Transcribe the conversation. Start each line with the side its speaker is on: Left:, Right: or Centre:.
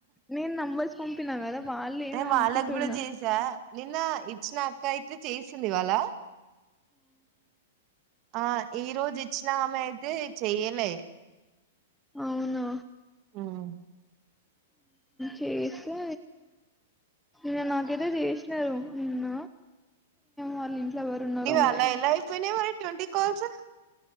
Centre: నేను నంబర్స్ పం చెప్తున కదా వాళ్ళు
Right: నే
Centre: ఏమో
Right: వాళ్ళకి
Centre: అనుకుంటున్నా
Right: కూడా చేసా నిన్న ఇట్ నాకా చేసలి ఇవాల ఆ ఈ రోజు ఇచ్చినా ఆమె అయితే చెయ్యలే
Centre: అవును
Right: ఉమ్
Centre: చేస్తే నే నాకైతే చేసినారు నిన్న వాళ్ళ ఎవరు ఉన్నారో
Right: నీవా
Centre: మరి
Right: అలా ఎలా అయిపోయినాయి మరి ట్వంట కోల్స్